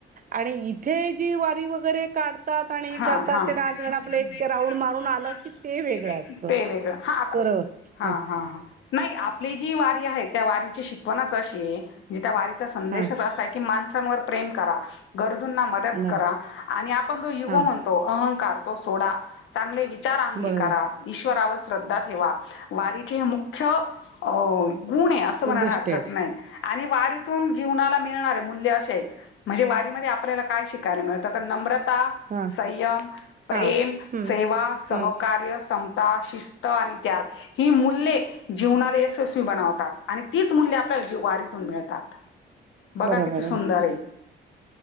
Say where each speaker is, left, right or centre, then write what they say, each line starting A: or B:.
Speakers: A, on the right; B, on the left.
A: आणि इथे जी वारी वगैरे काढतात आणि हे
B: हा
A: करतात
B: हा
A: ते नायगाणं
B: रांजण
A: आपले --
B: एक
A: राऊंड मारून आलं
B: आणत
A: की ते वेगळं असत
B: ते वेगळं हा आता
A: परत
B: हा हा हा नाही आपली जी वारी आहे त्या वारीची शिकवणाच अशी आहे म्हणजे त्या वारीचा संदेशच
A: हा हा
B: असाय की माणसांवर प्रेम करा गरजूंना मदत
A: बरोबर
B: करा आणि आपण जो युगो
A: हा
B: म्हण तो अहंकार तो सोडा चांगले विचार अंगी
A: बरोबर
B: करा. ईश्वरावर श्रद्धा ठेवा वारीचे हे मुख्य अ -गुण ए असं म्हणाला
A: उद्दिष्टे
B: हरकत
A: आहेत
B: नाय आणि वारीतून जीवनाला मिळणार मूल्य अशे आय. म्हणजे वारीमध्ये आपल्याला काय शिकायला मिळतं आता नम्रता
A: हा
B: संयम, प्रेम,
A: हा हम्म
B: सेवा, सहकार्य,
A: हम्म
B: स ता, शिस्त आणि त्याग ही मूल्य जीवनाला यशस्वी बनवतात. आणि तीच मूल्य आपल्याला जी वारीतून मिळतात बघा
A: बरोबर
B: किती सुंदर
A: आहे
B: ए.